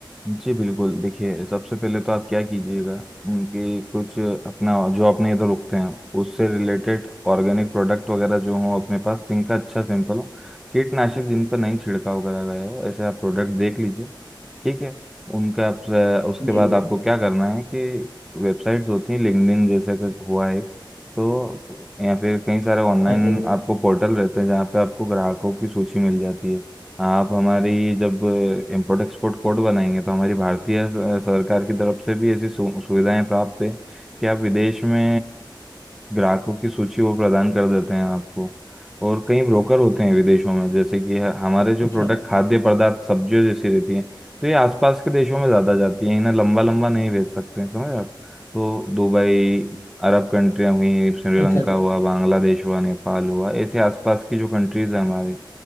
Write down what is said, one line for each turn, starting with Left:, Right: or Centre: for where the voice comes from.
Centre: जी बिल्कुल देखिए सबसे पहले तो आप क्या कीजिएगा उनके कुछ अपना जो अपने इधर उगते हैं उससे रिलेटेड ऑर्गेनिक प्रोडक्ट वगैरह जो हो अपने पास जिनका अच्छा सैंपल हो कीटनाशक जिन पर नहीं छिड़काव करा गया हो ऐसे आप प्रोडक्ट देख लीजिए ठीक है उनका आप उसके
Left: जी
Centre: बाद आपको क्या करना है कि वेबसाइट्स होती हैं लिंक्डइन जैसे कि हुआ है तो या फिर कई सारे ऑनलाइन
Left: हाँ जी
Centre: आपको पोर्टल रहते हैं जहाँ पे आपको ग्राहकों की सूची मिल जाती है आप हमारी जब इम्पोर्ट एक्सपोर्ट कोड बनाएंगे तो हमारी भारतीय अ, सरकार की तरफ से भी ऐसी सु, सुविधाएं प्राप्त है कि आप विदेश में ग्राहकों की सूची वो प्रदान कर देते हैं आपको और कई ब्रोकर होते हैं विदेशों में जैसे कि ह- हमारे जो
Left: अच्छा
Centre: प्रोडक्ट खाद्य पदार्थ सब्जियों जैसी रहती हैं तो ये आसपास के देशों में ज़्यादा जाती हैं इन्हें लंबा लंबा नहीं भेज सकते हैं समझ आप तो दुबई अरब कंट्रियाँ हुई श्रीलंका
Left: अच्छा
Centre: हुआ बांग्लादेश हुआ नेपाल हुआ ऐसे आसपास की जो कंट्रीज़ हैं हमारी